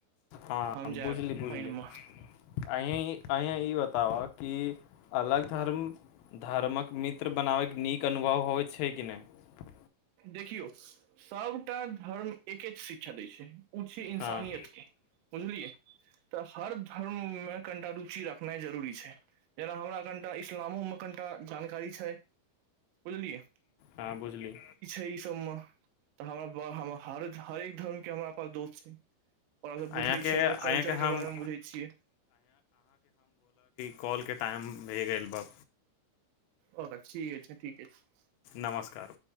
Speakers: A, on the left; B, on the right.
A: हँ
B: हम जायब
A: बुझली बुझ-
B: पानि
A: अं
B: मे
A: अंया ई बताब कि अलग धर्म धर्मक मित्र बनाबैके नीक अनुभव होइ छै कि नहि
B: देखियौ सबटा धर्म एकएक शि- क्षा दै छै उ छै इंसानियतके
A: हँ
B: बुझलिए तऽ हर धर्ममे कनिटा रुचि रखनाइ जरूरी छै जेना हमरा कनिटा इस्लामोमे कनिटा जानकारी छै बुझलिए
A: हँ बुझलिए
B: ई सबमे तऽ हमरा-हरेक धर्म के हमरा पास दोस्त छै ओकरा स पुछै
A: अहाँके
B: छियै ओकर
A: अहाँके
B: कल्चर के
A: हम
B: बारे मे बुझै छियै
A: कॉल के टाइम भए गेल बा
B: ओ ठीक छै ठीके छै
A: नमस्कार